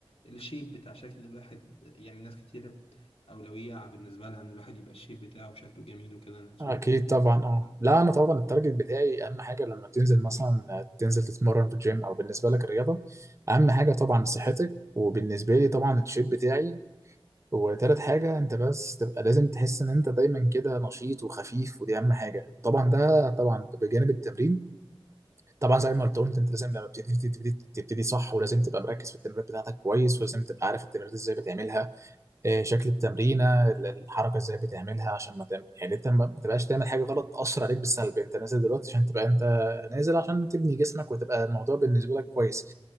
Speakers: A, on the left (about 90°); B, on the right (about 30°).
A: آه، الشيب بتاع شكل الواحد يعني ناس كتير أولوية بالنسبة لها إن الواحد يبقى الشيب بتاعه وشكله جميل وكده أنا أكيد
B: اكيد
A: أنت طبعا
B: طبعا
A: متأخر.
B: اه لا انا طبعا التارجت بتاعي اهم حاجة لما تنزل مثلا تنزل تتمرن في الجيم او بالنسبة لك الرياضة اهم حاجة طبعا صحتك وبالنسبة لي طبعا الشيب بتاعي وتالت حاجة انت بس تبقى لازم تحس ان انت دايما كده نشيط وخفيف ودي اهم حاجة وطبعا ده طبعا بجانب التمرين طبعا زي ما قلت قلت انت لازم لما بتبتدي تبتدي, تبتدي صح ولازم تبقى مركز في التمرينات بتاعتك كويس ولازم تبقى عارف التمرينات ازاي بتعملها آه، شكل التمرينه ال- الحركه ازاي بتعملها عشان ما تعمل يعني انت ما بتبقاش تعمل حاجه غلط تاثر عليك بالسلب انت نازل دلوقتي عشان تبقى انت نازل عشان تبني جسمك وتبقى الموضوع بالنسبه لك كويس